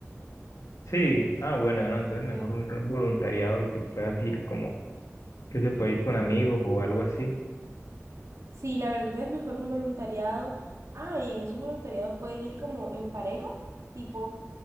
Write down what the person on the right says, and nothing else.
Sí.
Sí, la verdad es mejor un voluntariado. Ah, y en esos voluntariados pueden ir como en pareja, tipo,